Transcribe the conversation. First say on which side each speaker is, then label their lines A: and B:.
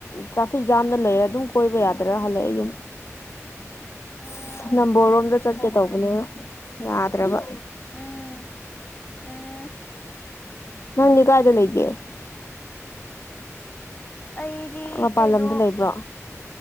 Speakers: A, on the left; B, on the left.
A: traffic ꯖꯥꯝꯗ ꯂꯩꯔꯦ ꯑꯗꯨꯝ ꯀꯣꯏꯕ ꯌꯥꯗ꯭ꯔꯥ ꯍꯜꯂꯛꯑꯦ ꯌꯨꯝ
B: ꯎꯝ
A: ꯑꯁ ꯅꯝꯕꯣꯜꯔ‌ꯣꯝꯗ ꯆꯠꯀꯦ ꯇꯧꯕꯅꯦꯕ ꯌꯥꯗ꯭ꯔ‌ꯦꯕ
B: ꯎꯝ ꯎꯝ
A: ꯅꯪꯗꯤ ꯀꯥꯏꯗ ꯂꯩꯒ‌ꯦ
B: ꯑꯩꯗꯤ
A: ꯃꯄꯥꯟ
B: ꯀꯩꯅꯣ
A: ꯂꯝꯗ ꯂꯩꯕ꯭ꯔꯣ